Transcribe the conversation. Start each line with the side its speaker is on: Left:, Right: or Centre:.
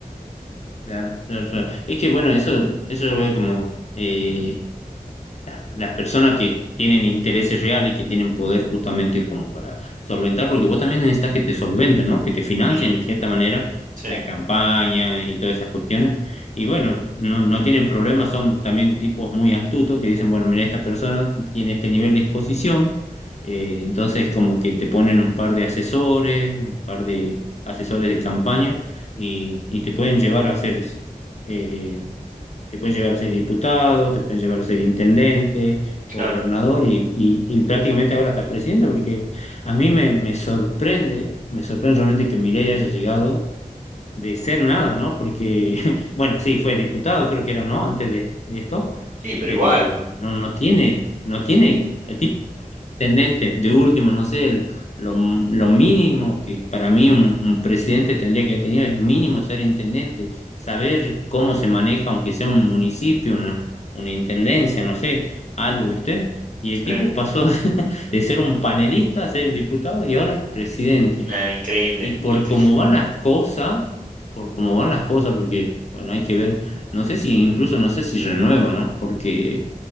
Left: Claro, claro, claro. Es que bueno, eso, eso yo lo veo como, eh, las, las personas que tienen intereses reales y que tienen poder justamente como para solventar, porque vos también necesitas que te solventen, ¿no? Que te financien
Right: Mm,
Left: en cierta manera
Right: sí,
Left: la campaña y todas esas cuestiones. Y bueno, no, no tienen problemas, son también tipos muy astutos que dicen, bueno, mira, esta persona tiene este nivel de exposición, eh, entonces como que te ponen un par de asesores, un par de asesores de campaña y, y te pueden llevar a hacer eh, te pueden llegar a ser diputado, te pueden llegar a ser intendente, gobernador
Right: claro.
Left: y, y- y prácticamente ahora hasta presidente, porque a mí me, me sorprende, me sorprende realmente que Milei haya llegado de ser nada, ¿no? Porque, <laughs> bueno, sí, fue diputado, creo que era, ¿no? Antes de, de esto,
Right: Sí, pero
Left: pero
Right: igual.
Left: no, no tiene, no tiene, el intendente, de último, no sé, el- lo, lo mínimo que para mí un, un presidente tendría que haber tenido es mínimo ser intendente, saber cómo se maneja, aunque sea un municipio, una, una intendencia, no sé, algo, ¿viste? Y el tipo
Right: sí.
Left: pasó <laughs> de ser un panelista a ser un diputado y ahora es presidente.
Right: Nah, increíble,
Left: Y
Right: increíble.
Left: por cómo
Right: <laughs>
Left: van las cosas, por cómo van las cosas, porque, bueno, hay que ver, no sé si incluso, no sé si renueva, ¿no? Porque